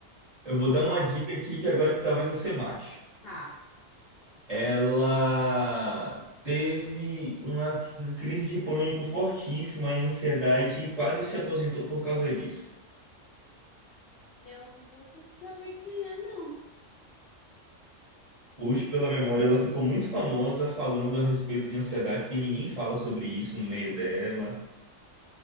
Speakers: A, on the right (about 35°); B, on the left (about 60°).
A: Eu vou
B: Meu,
A: dar uma dica aqui que agora que talvez você mate.
B: tá.
A: Ela teve uma crise de pânico fortíssima e ansiedade e quase se aposentou por causa disso.
B: Eu não vou saber quem é, não.
A: Hoje, pela memória, ela ficou muito famosa falando a respeito de ansiedade, porque ninguém fala sobre isso no meio dela.